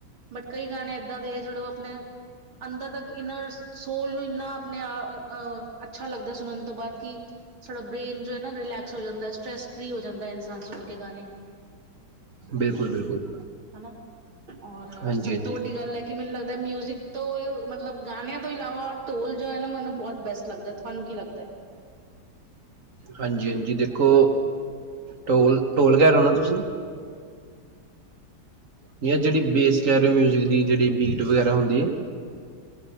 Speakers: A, on the right; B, on the right.
A: ਬਟ ਕਈ ਗਾਣੇ ਏਦਾਂ ਦੇ ਜਿਹੜੇ ਉਹ ਆਪਣੇ ਅੰਦਰ ਤੱਕ ਇਹਨਾਂ ਸੋਲ ਨੂੰ ਇੰਨਾ ਆਪਣੇ ਅਹ ਅੱਛਾ ਲੱਗਦਾ ਸੁਣਨ ਤੋਂ ਬਾਅਦ ਕਿ ਸਾਡਾ ਬ੍ਰੇਨ ਜੋ ਹੈ ਨਾ ਰਿਲੈਕਸ ਹੋ ਜਾਂਦਾ ਸਟਰੈੱਸਸ ਫ੍ਰਰੀ ਹੋ ਜਾਂਦਾ ਇਨਸਾਨ ਸੁਣ ਕੇ ਗਾਣੇ
B: ਬਿਲਕੁਲ ਬਿਲਕੁਲ
A: ਹਨਾ ਔਰ
B: ਹਾਂਜੀ
A: ਸਭ
B: ਹਾਂਜੀ
A: ਤੋਂ ਵੱਡੀ ਗੱਲ ਹੈ ਕਿ ਮੈਨੂੰ ਲੱਗਦਾ ਦਾ ਮਿਊਜ਼ਿਕ ਤੋਂ ਮਤਲਬ ਗਾਣਿਆਂ ਤੋਂ ਇਲਾਵਾ ਢੋਲ ਜੋ ਹੈ ਨਾ ਮੈਨੂੰ ਬਹੁਤ ਬੈਸਟ ਲੱਗਦਾ ਤੁਹਾਨੂੰ ਕੀ ਲੱਗਦਾ <unintelligible>
B: ਹਾਂਜੀ ਹਾਂਜੀ ਦੇਖੋ ਢੋਲ ਢੋਲ ਕਹਿ ਰਹੇ ਹੋ ਨਾ ਤੁਸੀਂ ਜਾਂ ਜਿਹੜੀ ਬੇਸ ਕਹਿ ਰਹੀਓ ਮਿਊਜ਼ਿਕ ਦੀ ਜਿਹੜੀ ਬੀਟ ਵਗੈਰਾ ਹੁੰਦੀ ਏ